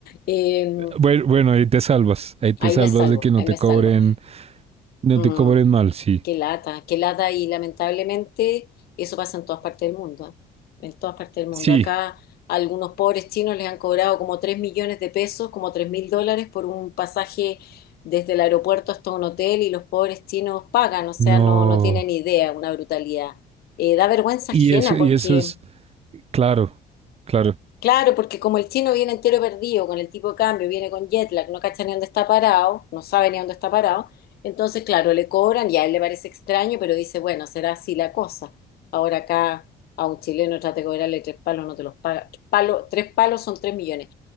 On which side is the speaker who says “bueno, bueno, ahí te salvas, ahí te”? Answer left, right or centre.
Right